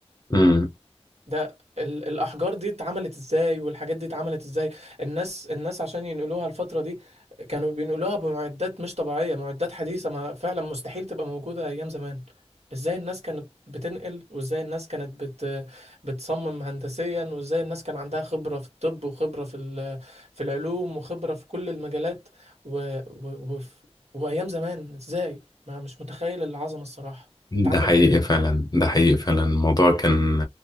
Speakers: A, on the left; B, on the right.
A: امم
B: ده ال- الأحجار دي اتعملت ازاي والحاجات دي اتعملت ازاي الناس الناس عشان ينقلوها الفترة دي كانوا بينقلوها بمعدات مش طبيعية معدات حديثة ما فعلا مستحيل تبقى موجودة أيام زمان ازاي الناس كانت بتنقل وازاي الناس كانت بت... بتصمم هندسيا وازاي الناس كان عندها خبرة في الطب وخبرة في ال... في العلوم وخبرة في كل المجالات و... و... وف... وأيام زمان ازاي ما مش متخيل العظمة الصراحة
A: ده
B: انت عندك
A: حقيقي
B: فكرة؟
A: فعلا ده حقيقي فعلا الموضوع كان